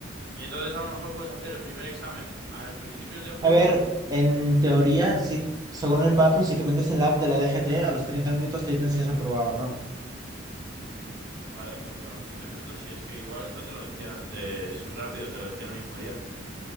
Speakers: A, on the right; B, on the right.
A: Y entonces a lo mejor puedes hacer el primer examen al principios de julio,
B: A ver, en teoría, si, según el Paco, si te metes en la app de la DGT, a los treinta minutos te dicen si has aprobado o no.
A: ¿vale? Pues a los 30 minutos, si es que igual eso te lo decían antes rápido, te lo decían el mismo día.